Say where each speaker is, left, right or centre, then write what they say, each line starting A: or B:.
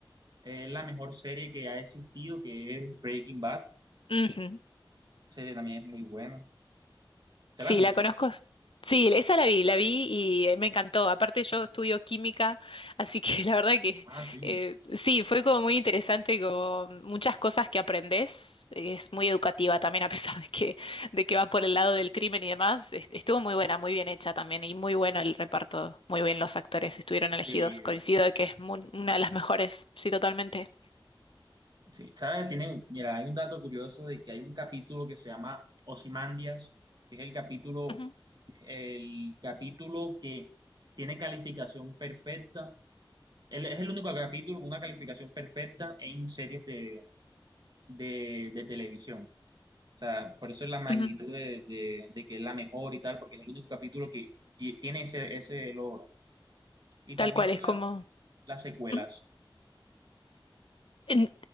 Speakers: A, on the right; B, on the left.
A: es la mejor serie que ha existido, que es Breaking Bad. La
B: Ujú.
A: serie también es muy buena. ¿Te
B: Sí,
A: la has visto?
B: la conozco. Sí, esa la vi, la vi y eh, me encantó. Aparte yo estudio química, así que <laughs> la verdad que
A: Ah, sí.
B: eh, sí, fue como muy interesante, como muchas cosas que aprendes. Es muy educativa también, a pesar de que, de que va por el lado del crimen y demás. Es- Estuvo muy buena, muy bien hecha también y muy bueno el reparto. Muy bien los actores estuvieron elegidos.
A: Sí,
B: Coincido
A: eh,
B: de que es mu- una de las mejores, sí, totalmente.
A: sí. ¿Sabes? Tienen, mira, hay un dato curioso de que hay un capítulo que se llama Ozymandias, que es el capítulo,
B: Ujú,
A: el capítulo que tiene calificación perfecta. Él es el único capítulo con una calificación perfecta en series de de, de televisión. O sea, por eso es la magnitud
B: ujú.
A: de, de- de que es la mejor y tal, porque es el único capítulo que lle- tiene ese, ese logro. ¿Y
B: Tal
A: te has
B: cual,
A: visto
B: es
A: las,
B: como...
A: las secuelas?
B: ujú. En-